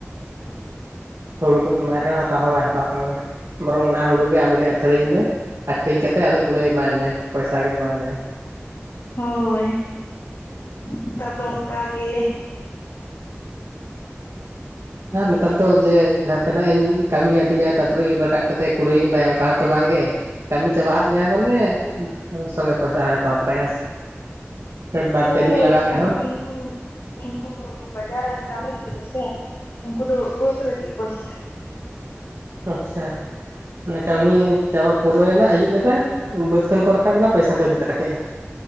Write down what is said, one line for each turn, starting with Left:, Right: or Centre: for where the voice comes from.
Right: ᱦᱩᱲᱩ ᱫᱚᱢ ᱮᱢᱟᱭ ᱨᱮᱦᱚᱸ ᱦᱟᱛᱟᱣ ᱦᱚᱸ ᱵᱟᱭ ᱦᱟᱛᱟᱣ ᱛᱟᱢᱟ᱾ ᱵᱚᱨᱚᱝ ᱚᱱᱟ ᱦᱩᱲᱩ ᱜᱮ ᱟᱢᱜᱮ ᱟᱹᱠᱷᱨᱤᱧ ᱢᱮ ᱟᱹᱠᱷᱨᱤᱧ ᱠᱟᱛᱮᱜ, ᱟᱫᱚ ᱠᱩᱲᱟᱹᱭ ᱮᱢᱟᱭ ᱢᱮ ᱯᱚᱭᱥᱟ ᱜᱮ ᱮᱢᱟᱭ ᱢᱮ
Left: ᱦᱳᱭ, ᱱᱮᱛᱟᱨ ᱫᱚ ᱚᱝᱠᱟ ᱜᱮ᱾
Right: ᱟᱨ ᱱᱮᱛᱟᱨ ᱫᱚ ᱡᱮ ᱱᱟᱛᱮᱱᱟᱜ ᱠᱟᱹᱢᱤ ᱟᱹᱫᱤᱭᱟ, ᱛᱟᱨᱯᱚᱨᱮ ᱤᱨ ᱨᱟᱠᱟᱵ ᱠᱟᱛᱮ ᱠᱩᱲᱟᱹᱭᱤᱧ ᱮᱢᱟᱭᱟ ᱚᱱᱠᱟ ᱦᱚᱸᱛᱚ ᱵᱟᱝ ᱜᱮ᱾ ᱠᱟᱹᱢᱤ ᱪᱟᱵᱟᱼᱟᱜ ᱢᱮᱭᱟᱭ ᱢᱟᱱᱮ ᱥᱚᱸᱜᱮ ᱯᱚᱭᱥᱟ ᱦᱟᱛᱟᱣ ᱛᱚᱨᱟᱭᱟ᱾ ᱥᱮ ᱵᱟᱨ
Left: ᱦᱳᱭ
Right: ᱯᱮ ᱫᱤᱱ ᱞᱟᱜᱟᱜ ᱨᱮᱦᱚᱸ
Left: ᱟᱨ ᱩᱱᱠᱩ ᱩᱱᱠᱩ ᱵᱟᱡᱟᱨ ᱨᱮᱱ ᱠᱟᱹᱢᱤᱱ ᱠᱚᱫᱚ ᱥᱮ ᱩᱱᱠᱩ ᱫᱚ ᱵᱟᱹᱫᱽ ᱨᱮᱜᱮ ᱯᱚᱭᱥᱟ᱾
Right: ᱟᱪᱪᱷᱟ᱾ ᱢᱟᱱᱮ ᱠᱟᱹᱢᱤ ᱪᱟᱵᱟ ᱯᱩᱨᱟᱹᱣᱮᱱᱟ, ᱟᱹᱭᱩᱵ ᱮᱱᱟ, ᱵᱟᱹᱫᱽ ᱠᱷᱚᱱ ᱠᱚ ᱨᱟᱠᱟᱵ ᱮᱱᱟ, ᱯᱚᱭᱥᱟ ᱠᱚ ᱤᱫᱤ ᱛᱟᱨᱟ ᱠᱮᱜᱼᱟ᱾